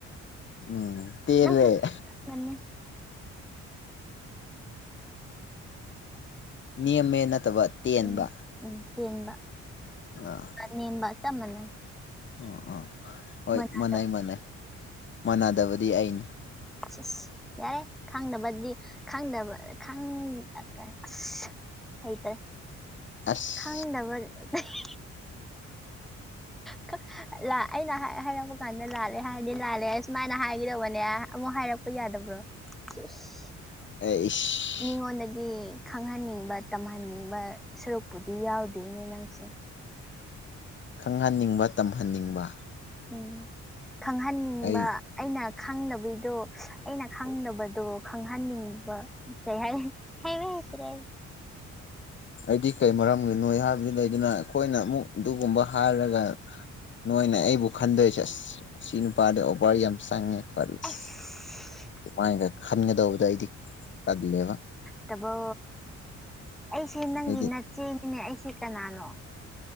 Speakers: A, on the left (about 40°); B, in the centre.
A: ꯎꯝ ꯇꯦꯜꯂꯦ
B: ꯅꯪꯁꯨ <unintelligible>
A: ꯅꯦꯝꯃꯦ ꯅꯠꯇꯕ ꯇꯦꯟꯕ
B: ꯎꯝ ꯎꯝ ꯇꯦꯟꯕ
A: ꯑ
B: ꯅꯦꯝꯕꯥ ꯆꯞ ꯃꯥꯅꯩ
A: ꯎꯝ ꯑꯥ ꯍꯣꯏ
B: ꯃꯅꯥꯗꯕ
A: ꯃꯥꯟꯅꯩ ꯃꯥꯟꯅꯩ ꯃꯥꯟꯅꯗꯕꯗꯤ ꯑꯩꯅꯤ
B: ꯁꯤꯁ ꯌꯥꯔꯦ ꯈꯪꯗꯕꯗꯤ ꯈꯪꯗꯕ ꯈꯪ ꯀ ꯑꯁ ꯍꯩꯇꯔꯦ
A: ꯑꯁ
B: ꯈꯪꯗꯕ <unintelligible> <unintelligible> ꯑꯩꯅ ꯍꯥꯏ ꯍꯥꯏꯔꯛꯄ ꯀꯥꯟꯗ ꯂꯥꯜꯂꯦ ꯍꯥꯏꯔꯗꯤ ꯂꯥꯜꯂꯦ ꯁꯨꯃꯥꯏꯅ ꯍꯥꯏꯒꯗꯧꯕꯅꯦ ꯑꯃꯨꯛ ꯍꯥꯏꯔꯛ ꯄ ꯌꯥꯗꯕ꯭ꯔꯣ ꯁꯤꯁ
A: ꯑꯩꯁ
B: ꯃꯤꯉꯣꯟꯗꯗꯤ ꯈꯪꯍꯟꯅꯤꯡꯕ ꯇꯝꯍꯟꯅꯤꯡꯕ ꯁꯔꯨꯛꯄꯨꯗꯤ ꯌꯥꯎꯗ‌ꯣꯏꯅꯦ ꯅꯪꯁꯦ
A: ꯈꯪꯍꯟꯅꯤꯡꯕ ꯇꯝꯍꯟꯅꯤꯡꯕ
B: ꯎꯝ ꯈꯪꯍꯟꯅꯤꯡꯕ
A: ꯑꯩ
B: ꯑꯩꯅ ꯈꯪꯗꯕꯩꯗꯣ ꯑꯩꯅ ꯈꯪꯗꯕꯗꯣ ꯈꯪꯍꯟꯅꯤꯡꯕ ꯀꯩꯍꯥꯏꯅꯤ ꯍꯥꯏꯕ ꯍꯩꯇ꯭ꯔꯦ ꯑꯩ
A: ꯑꯩꯗꯤ ꯀꯩ ꯃꯔꯝꯒꯤꯅꯣ ꯍꯥꯏꯕꯗꯨ ꯂꯩꯗꯅ ꯑꯩꯈꯣꯏꯅ ꯑꯃꯨꯛ ꯑꯗꯨꯒꯨꯝꯕ ꯍꯥꯏꯔꯒ ꯅꯣꯏꯅ ꯑꯩꯕꯨ ꯈꯟꯗꯣꯏꯁꯦ ꯑꯁ ꯁꯤ ꯅꯨꯄꯥꯗꯣ ꯑꯣꯚꯔ ꯌꯥꯝ ꯆꯪꯉꯦ <unintelligible> ꯑꯁ
B: ꯑꯁ
A: ꯑꯗꯨꯃꯥꯏꯒ ꯈꯟꯒꯗꯧꯕꯗ‌ꯣ ꯑꯩꯗꯤ ꯇꯜꯂꯦꯕ
B: ꯇꯕꯣ ꯑꯩꯁꯦ ꯅꯪꯒꯤ
A: ꯑꯩꯗꯤ
B: ꯅꯆꯦꯅꯤꯅꯦ ꯑꯩꯁꯦ ꯀꯅꯥꯅꯣ